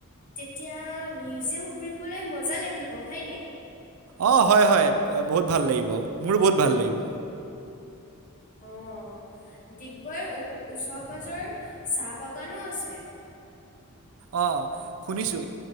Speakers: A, on the left; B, on the right.
A: তেতিয়া মিউজিয়াম ঘুৰিবলৈ মজা লাগিব হয়নে?
B: অহ, হয়-হয় বহুত ভাল লাগিব। মোৰো বহুত ভাল লাগিব।
A: অহ, ডিগবৈ ও-ওচৰ পাজৰ চাহ বাগানো আছে।
B: অহ, শুনিছোঁ